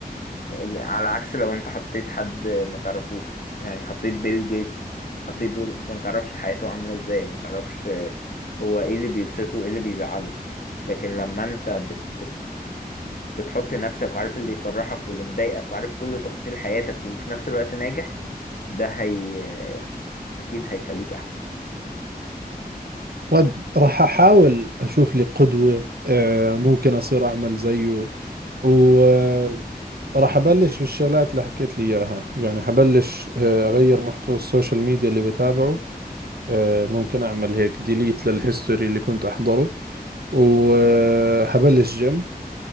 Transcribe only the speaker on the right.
طيب راح أحاول أشوف لي قدوة آه، ممكن أصير أعمل زيه وراح أبلش بالشغلات اللي حكيت لي إياها يعني حبلش آه، أغير محتوى السوشيال ميديا اللي بتابعه آه، ممكن أعمل هيك ديليت للهيستوري اللي كنت أحضره وحبلش جيم